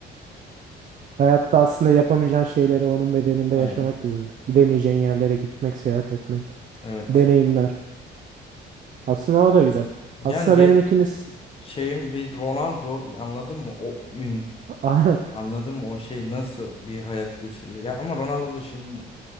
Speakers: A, on the right; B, on the left.
A: Hayatta aslında yapamayacağın şeyleri onun bedeninde
B: Aynen.
A: yaşamak gibi mi? Gidemeyeceğin yerlere gitmek, seyahat etmek,
B: Evet.
A: deneyimler. Aslında o da güzel.
B: Yani
A: Aslında
B: bir
A: benim ikiniz
B: şeyim bir Ronaldo anladın mı? O ün.
A: <laughs>
B: Anladım o şey nasıl bir hayat geçiriyor. Ya ama Ronaldo da şimdi